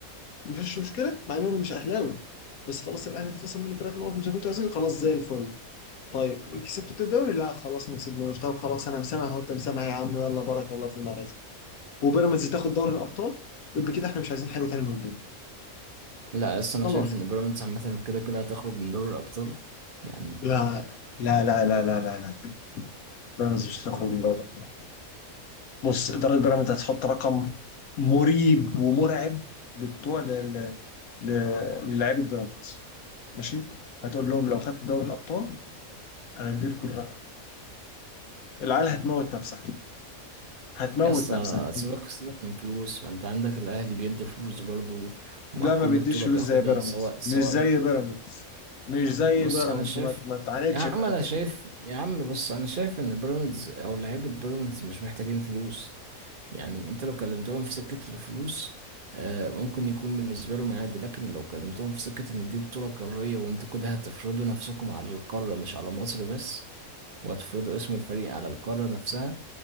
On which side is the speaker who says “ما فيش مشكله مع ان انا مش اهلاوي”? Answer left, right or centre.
Left